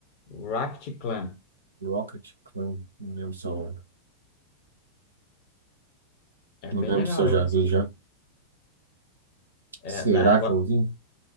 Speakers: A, on the left; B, on the right.
A: Rocket Clan.
B: Rocket Clan. Não lembro se eu,
A: É
B: não
A: bem
B: lembro
A: legal.
B: se eu
A: Eu...
B: já
A: gostei.
B: vi já.
A: É,
B: Será
A: daí agora...
B: que eu vi?